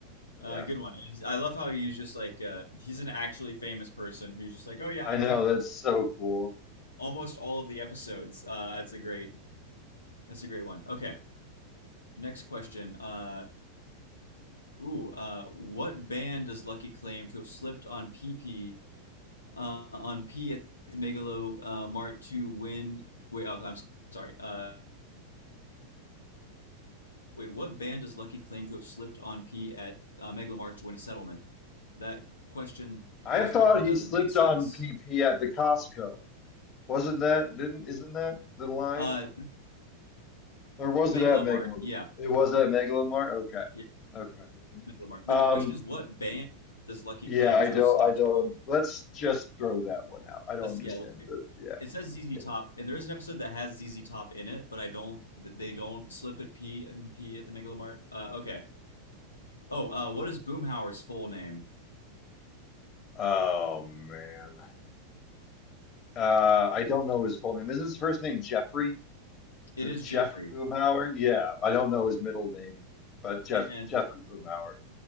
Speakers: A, on the left; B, on the left.
A: Uh,
B: Yeah,
A: good one. It is- I love how he's just like uh, he's an actually famous person who's just like, oh yeah,
B: I
A: I'm
B: know.
A: going to
B: That's so cool.
A: almost all of the episodes. Uh, that's a great that's a great one. Okay, next question. Uh, ooh, uh, what band does Lucky claim to have slipped on PP uh, on P at the Megalo uh, Mart to win? Wait, oh, I'm sorry. Uh, wait, what band does Lucky claim to have slipped on P at uh, Megalo Mart to win a settlement? That question,
B: I
A: as
B: thought
A: written, doesn't
B: he slipped
A: make sense.
B: on PP at the Costco. Wasn't that, didn't, isn't that the line?
A: Uh,
B: Or was
A: the Megalomart,
B: it at Megalom?
A: yeah.
B: It was at Megalomart? Okay.
A: Yeah,
B: Okay.
A: no no, mark. But
B: Um,
A: the question is, what band does Lucky
B: yeah,
A: claim
B: I
A: to
B: don't,
A: have slipped?
B: I don't,
A: on?
B: let's just throw that one out. I don't
A: Let's
B: understand
A: yeah, let's do
B: the,
A: it.
B: yeah,
A: It says ZZ
B: yeah.
A: Top, and there is an episode that has ZZ Top in it, but I don't. th- They don't slip at P and P at the Megalomart. Uh, okay. Oh, uh, what is Boomhauer's full name?
B: Oh, man. Uh, I don't know his full name. Is his first name Jeffrey? Is
A: It
B: it
A: is
B: Jeff
A: Jeffrey,
B: Boomhauer? Yeah, I don't know his middle name, but Jeff,
A: and
B: Jeffrey Boomhauer.